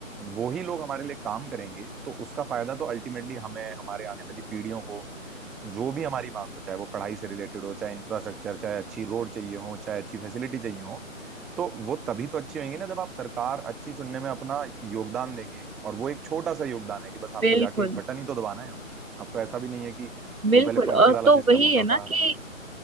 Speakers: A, in the centre; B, on the right (about 85°).
A: वो ही लोग हमारे लिए काम करेंगे तो उसका फायदा तो अल्टीमेटली हमें हमारे आने वाली पीढ़ियों को जो भी हमारी मांग हो चाहे वो पढ़ाई से रिलेटेड हो चाहे इंफ्रास्ट्रक्चर चाहे अच्छी रोड चाहिए हो चाहे अच्छी फैसिलिटी चाहिए हो तो वो तभी तो अच्छी होंगी ना जब आप सरकार अच्छी चुनने में अपना योगदान देंगे और वो एक छोटा सा योगदान है कि बस आपको
B: बिल्कुल
A: जाके एक बटन ही तो दबाना है अब अब तो ऐसा भी नहीं है कि
B: बिल्कुल
A: वो पहले पर्ची
B: और
A: वाला
B: तो
A: सिस्टम
B: वही
A: होता
B: है
A: था
B: ना कि